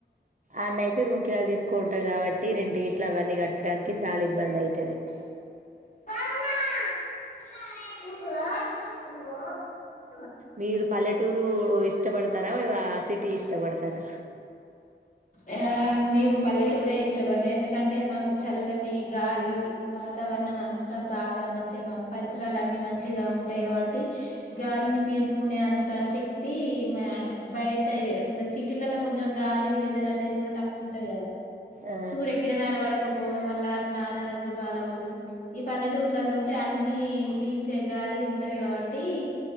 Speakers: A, on the right; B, on the left.
A: ఆన్నయితే రూంకిరాయిలు తీసుకుంటారు కాబట్టి రెంటు గిట్లవన్నీ కట్టడానికి చాలా ఇబ్బంది అయితది
B: <unintelligible>
A: మీరు పల్లెటూరు ఇష్టపడతారా వెవా సిటీ ఇష్టపడతారా
B: యా మేము పల్లెటూరే ఇష్టపడతాం ఎందుకంటే మాకు చల్లని గాలి వాతావరణం అం అంత బాగా మంచిగా మ పరిసరాలన్ని మంచిగా ఉంటాయి కాబట్టి గాలిని పీల్చుకునే అన్ త శక్తి మే బయట య సిటీలల కొంచెం గాలి వెదర్ ద అనేది కూడా తక్కువ ఉంటది కదా
A: ఆ,
B: సూర్య కిరణాలు పడకపోవడం వల్ల అట్లా అనారోగ్యం పాలవుడు ఈ పల్లెటూర్లల్లో ఉంటే అన్ని పీల్చే గాలి ఉంటది కాబట్టి